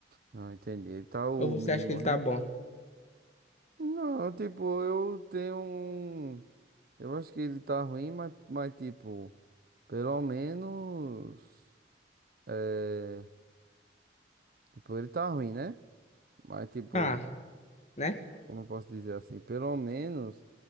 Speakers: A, on the right; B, on the left.
A: Não, entendi. Tá o
B: Ou você
A: mínimo,
B: acha que ele
A: né?
B: tá bom?
A: Não, tipo, eu tenho. um Eu acho que ele tá ruim, mas, mas tipo, pelo menos. É, tipo, ele tá ruim, né? Mas, tipo,
B: Ah, né?
A: como eu posso dizer assim? Pelo menos